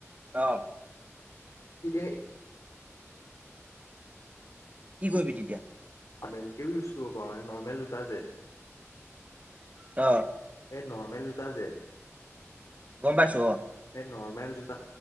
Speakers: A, on the right (about 30°); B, on the left (about 85°).
A: অ'।
B: তেতিয়া
A: কি কৰিবি তেতিয়া?
B: আমি <unintelligible> একেও ইউজ কৰিব পাৰো মানে নৰ্মেল জোতা যে
A: অ'।
B: এই নৰ্মেল জোতা যে
A: গম পাইছো অ'।
B: সেই নৰ্মেল জোতা